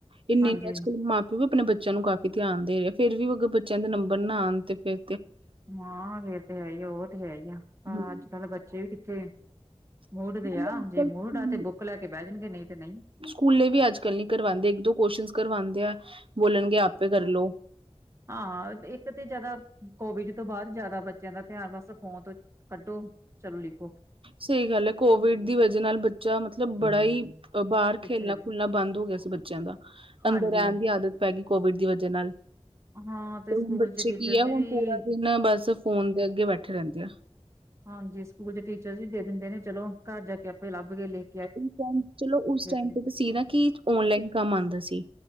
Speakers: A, on the right (about 55°); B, on the right (about 25°).
A: ਇੰਨੇ
B: ਹਾਂਜੀ
A: ਇੰਨੇ ਅੱਜਕੱਲ੍ਹ ਮਾਂ ਤੂੰ ਵੀ ਆਪਨੇ ਬੱਚਿਆਂ ਨੂੰ ਕਾਫੀ ਧਿਆਨ ਦੇ ਰਿਹੇ। ਫਿਰ ਵੀ ਅਗਰ ਬੱਚਿਆਂ ਦੇ ਨੰਬਰ ਨਾ ਆਉਨ, ਤੇ ਫਿਰ
B: ਹਾਂ ਇਹ ਤੇ ਹੈ ਹੀ ਆ। ਉਹ ਤੇ ਹੈ ਹੀ ਆ,
A: ਹੂੰ
B: ਅੱਜ ਕੱਲ ਬੱਚੇ ਵੀ ਕਿੱਥੇ ਮੁੂਡ ਤੇ
A: ਨਾਲੇ
B: ਆ।
A: ਅੱਜ-ਕੱਲ
B: ਜੇ ਮੂਡ
A: ਸਕੂ
B: ਆ ਤੇ ਬੁੱਕ ਲੈ ਕੇ ਬਹਿ ਜਾਨਗੇ, ਨਹੀਂ ਤੇ ਨਹੀਂ।
A: ਸਕੂਲੇ ਵੀ ਅੱਜ ਕੱਲ ਨੀ ਕਰਵਾਉਂਦੇ। ਇੱਕ ਦੋ ਕੁਸ਼ਚੰਸ ਕਰਵਾਉਂਦੇ ਏ। ਬੋਲਣਗੇ ਆਪੇ ਕਰਲਓ।
B: ਹਾਂ, ਇੱਕ ਤੇ ਜਿਆਦਾ ਕੋਵਿਡ ਤੋ ਬਾਅਦ ਜਿਆਦਾ ਬੱਚਿਆਂ ਦਾ ਧਿਆਨ ਬਸ ਫੋਨ ਤੋ ਕੱਢੋ, ਚਲੋ ਲਿਖੋ।
A: ਸਹੀ ਗੱਲ ਹੈ। ਕੋਵਿਡ ਦੀ ਵਜਾ ਨਾਲ ਬੱਚਾ ਮਤਲਬ ਬੜਾ ਹੀ ਉਹ ਬਾਹਰ
B: ਪਿੱਛੇ
A: ਖੇਲਨਾ
B: ਚਲੇ
A: ਖੂਲਨਾ ਬੰਦ ਹੋ ਗਿਆ ਸੀ ਬੱਚਿਆਂ ਦਾ।
B: ਹਾਂਜੀ
A: ਅੰਦਰ ਰਹਿਨ ਦੀ ਆਦਤ ਪੈ ਗਈ ਕੋਵਿਡ ਦੀ ਵਜਾ ਨਾਲ।
B: ਹਾਂ
A: ਤੇ
B: ਸਕੂਲ
A: ਹੁਣ ਬੱਚੇ
B: ਚ ਟੀਚਰਸ
A: ਕੀ ਹੈ,
B: ਵੀ
A: ਹੁਣ ਪੂਰਾ ਦਿਨ ਨਾ ਬਸ ਫੋਨ ਦੇ ਅੱਗੇ ਬੈਠੇ ਰਹਿੰਦੇ ਐਂ।
B: ਹਾਂਜੀ ਸਕੂਲ ਦੇ ਟੀਚਰਜ਼ ਵੀ ਦੇ ਦਿੰਦੇ ਨੇਂ। ਚਲੋ ਘਰ ਜਾ ਕੇ ਆਪੇ ਲੱਭਕੇ ਲਿਖ
A: ਉਹ ਟਾਈਮ ਚਲੋ ਉਸ ਟਾਈਮ
B: ਲ
A: ਤੇ ਤਾਂ ਸੀ ਨਾ ਕਿ, ਓਨਲਾਈਨ ਕੰਮ ਆਉਂਦਾ ਸੀ।